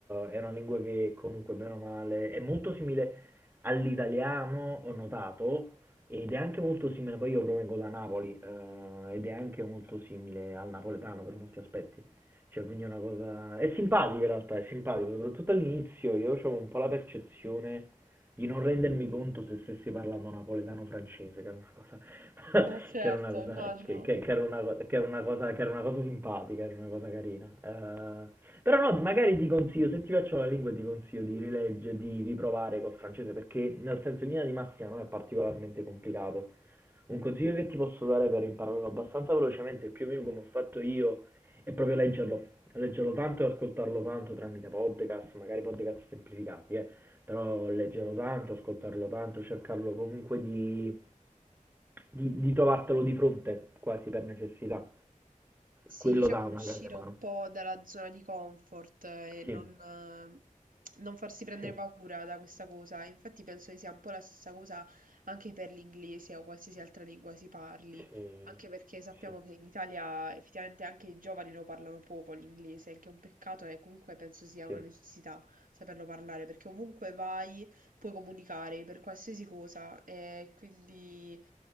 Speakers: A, on the right (about 15°); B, on the right (about 85°).
A: è una lingua che comunque bene o male è molto simile all'italiano, ho notato, ed è anche molto simile, poi io provengo da Napoli, eh, ed è anche molto simile al napoletano per molti aspetti. Cioè, quindi è una cosa... È simpatico in realtà, è simpatico, soprattutto all'inizio io avevo un po' la percezione di non rendermi conto se stessi parlando napoletano o francese, che era una cosa, <laughs>
B: Eh certo,
A: che era una cosa,
B: immagino.
A: che, che- che era una, co- che era una cosa, che era una cosa simpatica, era una cosa carina. Eh, però no, magari ti consiglio, se ti piacciono le lingue ti consiglio di rileggere, di riprovare col francese perché nel senso in linea di massima non è particolarmente complicato. Un consiglio che ti posso dare per impararlo abbastanza velocemente, più o meno come ho fatto io, è proprio leggerlo. Leggerlo tanto e ascoltarlo tanto tramite podcast, magari podcast semplificati, eh. Però leggerlo tanto, ascoltarlo tanto, cercarlo comunque di, di, di trovartelo di fronte, quasi per necessità.
B: Sì,
A: Quello
B: diciamo
A: dà una
B: uscire
A: grande mano.
B: un po' dalla zona di comfort eh, e non,
A: Sì,
B: eh, non farsi prendere
A: sì.
B: paura da questa cosa. Infatti penso che sia un po' la stessa cosa anche per l'inglese o qualsiasi altra lingua si parli,
A: Sì,
B: anche perché sappiamo
A: sì.
B: che in Italia effettivamente anche i giovani lo parlano poco l'inglese, il che è un peccato e comunque penso sia
A: Sì,
B: una necessità saperlo parlare, perché ovunque vai puoi comunicare per qualsiasi cosa e quindi...